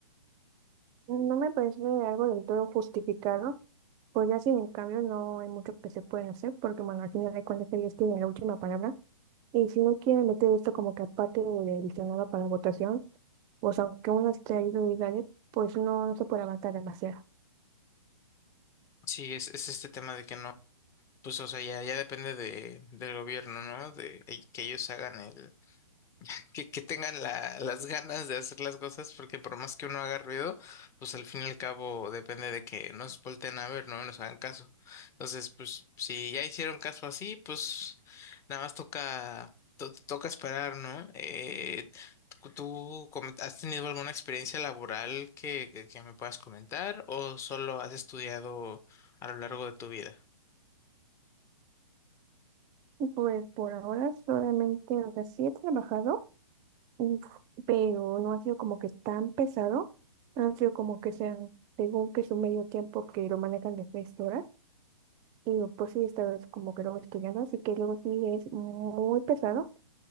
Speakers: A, on the right; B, on the left.
A: No me parece algo del todo justificado, pues ya sin en cambio no hay mucho que se pueden hacer, porque bueno, al final de cuentas ellos tienen la última palabra, y si no quieren meter esto como que aparte del Senado para votación, pues aunque uno esté ahí duro y dale, pues no, no se puede avanzar demasiado.
B: Sí, es, es este tema de que no. Pues, o sea, ya, ya depende de, del gobierno, ¿no? De, de que ellos hagan el, que, que tengan la, las ganas de hacer las cosas, porque por más que uno haga ruido, pues al fin y al cabo depende de que nos volteen a ver, ¿no? Y nos hagan caso. Entonces, pues, si ya hicieron caso así, pues nada más toca, to- toca esperar, ¿no? Eh, ¿tú tú comen- has tenido alguna experiencia laboral que, que que me puedas comentar o solo has estudiado a lo largo de tu vida?
A: Pues por ahora solamente, o sea, sí he trabajado, uf, pero no ha sido como que tan pesado, han sido como que sean, según que es un medio tiempo que lo manejan de tres horas Y pues sí, estás como que luego estudiando, así que luego sí es muy pesado,